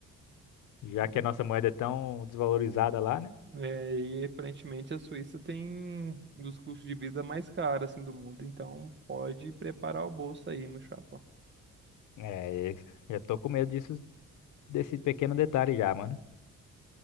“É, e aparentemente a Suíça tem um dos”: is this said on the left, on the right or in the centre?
Right